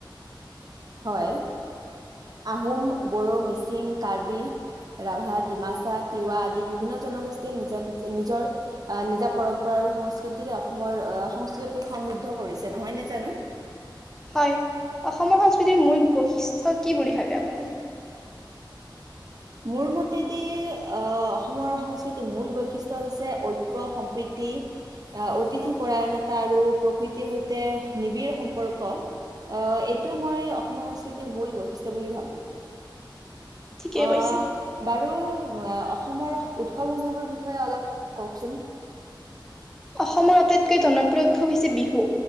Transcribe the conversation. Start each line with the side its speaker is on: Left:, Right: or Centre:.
Right: হয় আহোম, বড়ো, মিচিং, কাৰ্বি, ৰাভা, ডিমাচা, তিৱা আদি বিভিন্ন জনগোষ্ঠীয়ে নিজা নিজৰ আহ নিজা পৰম্পৰা আৰু সংস্কৃতিৰে অসমৰ আহ সংস্কৃতিক সমৃদ্ধ কৰিছে নহয় ন জানো,
Centre: হয় অসমৰ সংস্কৃতিৰ মূল বৈশিষ্ট্য কি বুলি ভাবে আপুনি?
Right: মোৰ মতেদি অসমৰ সংস্কৃতিৰ মূল বৈশিষ্ট্য হৈছে ঐক্য সম্প্ৰীতি অতিথি পৰাৰায়ণতা আৰু প্ৰকৃতিৰ সৈতে নিবিড় সম্পৰ্ক এইটোৱে মই অসমৰ সংস্কৃতিৰ মূল বৈশিষ্ট্ বুলি ভাবোঁ।
Centre: ঠিকেই
Right: অ
Centre: কৈছে
Right: বাৰু মুৱা অসমৰ উৎসৱসমূহৰ বিষয়ে অলপ কওকচোন,
Centre: অসমৰ আটাইতকৈ জনপ্ৰিয় উৎসৱ হৈছে বিহু,